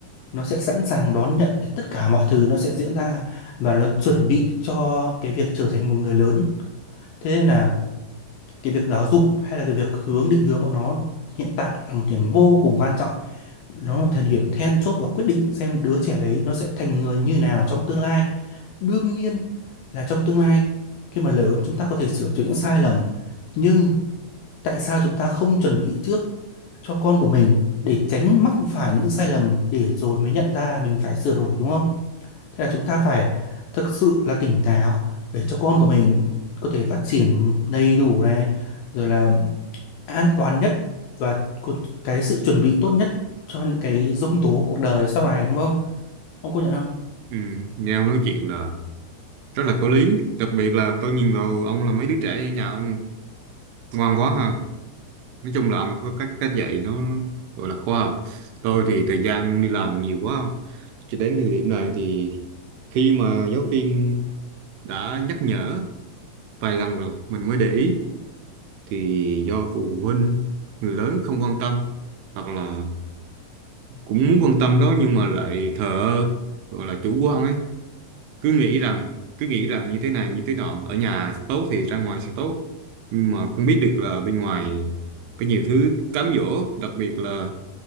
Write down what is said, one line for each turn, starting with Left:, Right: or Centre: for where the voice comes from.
Left: nó sẽ sẵn sàng đón nhận để tất cả mọi thứ nó sẽ diễn ra và nó chuẩn bị cho cái việc trở thành một người lớn thế nên là cái việc giáo dục hay là cái việc hướng định hướng bọn nó hiện tại là một điểm vô cùng quan trọng nó là một thời điểm then chốt và quyết định xem đứa trẻ đấy nó sẽ thành người như nào trong tương lai đương nhiên là trong tương lai khi mà lớn chúng ta có thể sửa chữa những sai lầm nhưng tại sao chúng ta không chuẩn bị trước cho con của mình để tránh mắc phải những sai lầm để rồi mới nhận ra mình phải sửa đổi đúng không Thế là chúng ta phải thực sự là tỉnh táo để cho con của mình có thể phát triển đầy đủ này, rồi là an toàn nhất và cu- cái sự chuẩn bị tốt nhất cho những cái giông tố cuộc đời sau này đúng không? Ông công nhận không?
Right: Ừ, nghe ông nói chuyện là rất là có lý đặc biệt là tôi nhìn vào ông là mấy đứa trẻ ở nhà ông ngoan quá ha nói chung là ông có cách cách dạy nó gọi là khoa học tôi thì thời gian đi làm nhiều quá cho đến thời điểm này thì khi mà giáo viên đã nhắc nhở vài lần rồi mình mới để ý thì do phụ huynh người lớn không quan tâm hoặc là cũng muốn quan tâm đó nhưng mà lại thờ ơ gọi là chủ quan ấy cứ nghĩ rằng cứ nghĩ rằng như thế này như thế nọ ở nhà tốt thì ra ngoài sẽ tốt nhưng mà không biết được là bên ngoài có nhiều thứ cám dỗ đặc biệt là